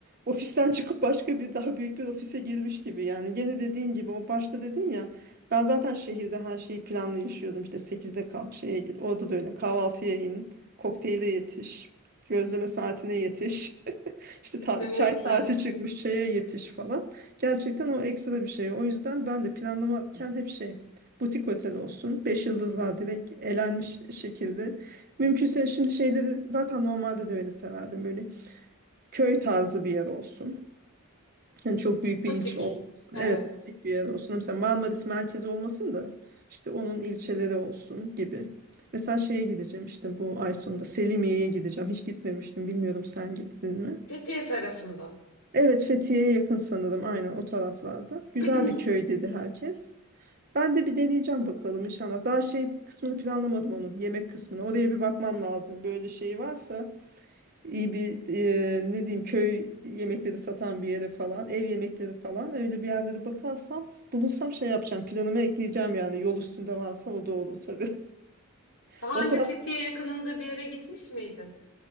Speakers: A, on the right; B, on the left.
A: ofisten <laughs> çıkıp başka bir daha büyük bir ofise girmiş gibi yani. Gene dediğin gibi o başta dedin ya ben zaten şehirde her şeyi planlı yaşıyordum. İşte sekizde kalk şeye git. Orada da öyle kahvaltıya in, kokteyle yetiş, gözleme saatine yetiş. <laughs> İşte
B: Kesinlikle.
A: ta- çay saati çıkmış çaya yetiş falan. Gerçekten o ekstra bir şey. O yüzden ben de planlamarken hep şey butik otel olsun. Beş yıldızlar direkt elenmiş şekilde. Mümkünse şimdi şeyleri zaten normalde de öyle severdim. Böyle köy tarzı bir yer olsun. Yani çok büyük bir
B: Butik.
A: ilçe olmasın.
B: Evet.
A: Evet butik bir yer olsun. Mesela Marmaris merkezi olmasın da işte onun ilçeleri olsun gibi. Mesela şeye gideceğim işte bu ay sonunda Selimiye'ye gideceğim. Hiç gitmemiştim. Bilmiyorum sen gittin mi?
B: Fethiye tarafında.
A: Evet Fethiye'ye yakın sanırım aynen o taraflarda. Güzel
B: <clears throat>
A: bir köy dedi herkes. Ben de bir deneyeceğim bakalım inşallah. Daha şey kısmını planlamadım onun yemek kısmını. Oraya bir bakmam lazım. Böyle şey varsa iyi bir e, ne diyeyim köy yemekleri satan bir yere falan, ev yemekleri falan öyle bir yerlere bakarsam bulursam şey yapacağım. Planıma ekleyeceğim yani yol üstünde varsa o da olur tabii. <laughs>
B: Daha
A: O
B: önce Fethiye yakınında bir yere gitmiş miydin?